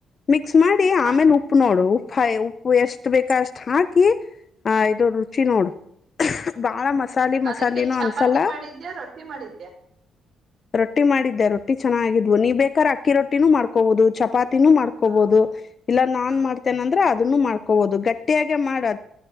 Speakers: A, on the left (about 45°); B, on the right (about 55°).
A: ಮಿಕ್ ಕ್ಸ್ ಮಾಡಿ ಆಮೇಲೆ
B: ಅದ್-
A: ಉಪ್ಪು ನೋಡು ಉಪ್ಪ ಹಾ ಉಪ್ ಎಷ್ಟ ಬೇಕ ಅಷ್ಟ್ ಹಾಕಿ. ಹಾ ಇದು ರುಚಿ ನೋಡು ಬಾಳ
B: ಹಾ
A: ಮಸಾಲೆ ಮಸಾಲಿನೂ
B: ಅದಕ್ಕೆ ಚಪಾತಿ
A: ಅನ್ಸಲ್ಲ.
B: ಮಾಡಿದ್ಯಾ ರೊಟ್ಟಿ ಮಾಡಿದ್ಯಾ
A: ರೊಟ್ಟಿ ಮಾಡಿದ್ದೆ ರೊಟ್ಟಿ ಚೆನ್ನಾಗಿದ್ವ ನೀ ಬೇಕಾದ್ರ ಅಕ್ಕಿ ರೊಟ್ಟಿನ ಮಾಡ್. ಕೋದು ಚಪಾ ತಿನು ಮಾಡ್ಕೋಬಹುದು
B: ಹಾ
A: ಇಲ್ಲಾ ನಾನ್
B: ಹಾ
A: ಮಾಡ್ತೇನೆ ಅಂದ್ರೆ ಅದನ್ನು ಮಾಡ್ಕೋಬಹುದು ಗಟ್ಟಿ. ಗಟ್ಟಿ ಗ ಮಾಡು.